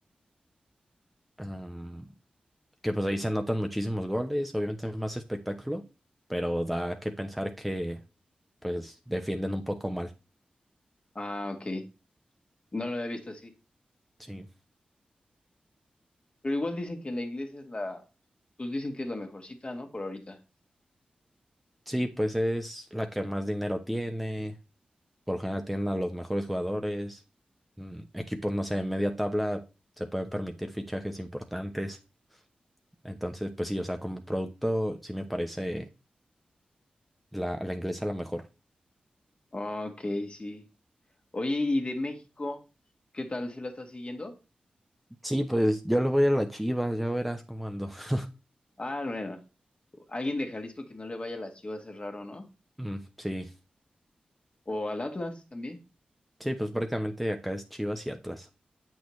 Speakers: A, in the centre; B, on the left (about 40°).
A: em, que pues ahí se anotan muchísimos goles, obviamente es más espectáculo, pero da que pensar que pues defienden un poco mal.
B: Ah, ok. No lo había visto así.
A: Sí.
B: Pero igual dicen que la iglesia es la, pues dicen que es la mejorcita, ¿no? Por ahorita.
A: Sí, pues es la que más dinero tiene, Por lo general tienen a los mejores jugadores. mm, Equipos, no sé, de media tabla se pueden permitir fichajes importantes. Entonces, pues sí, o sea, como producto, sí me parece la, la inglesa la mejor.
B: Ah, Ok, sí. Oye, ¿y de México? ¿Qué tal si la estás siguiendo?
A: Sí, pues yo le voy a la Chivas, ya verás cómo ando. <laughs>
B: Ah, bueno, alguien de Jalisco que no le vaya a las Chivas es raro, ¿no?
A: Mm, sí,
B: O al Atlas también.
A: sí, pues prácticamente acá es Chivas y Atlas.